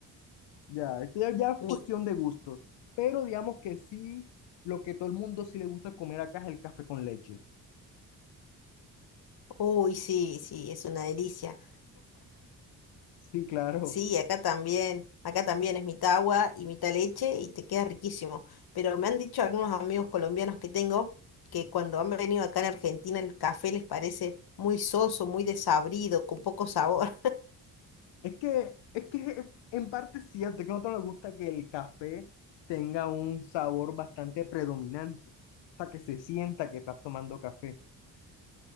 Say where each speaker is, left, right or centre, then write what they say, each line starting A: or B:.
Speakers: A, on the left; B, on the left.
A: Ya, esto ya, ya es
B: Mi-
A: cuestión de gustos, pero digamos que sí, lo que todo el mundo sí le gusta comer acá es el café con leche.
B: Uy, sí, sí, es una delicia.
A: Sí, claro.
B: Sí, acá también, acá también es mitad agua y mitad leche y te queda riquísimo. Pero me han dicho algunos amigos colombianos que tengo que cuando han venido acá en Argentina el café les parece muy soso, muy desabrido, con poco sabor.
A: Es que, es que en parte es cierto, es que a nosotros nos gusta que el café tenga un sabor bastante predominante, o sea, que se sienta que estás tomando café.